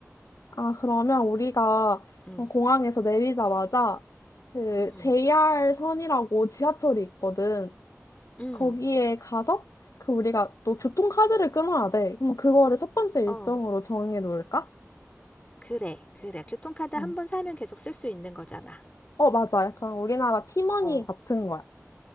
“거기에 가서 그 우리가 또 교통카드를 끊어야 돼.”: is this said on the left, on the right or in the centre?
Left